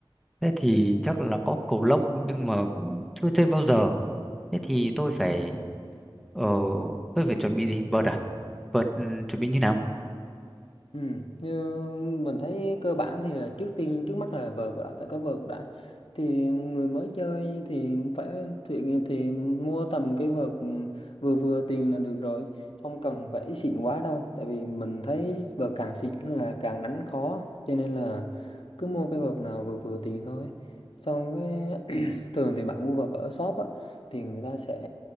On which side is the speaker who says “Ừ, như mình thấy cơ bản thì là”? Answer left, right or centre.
Left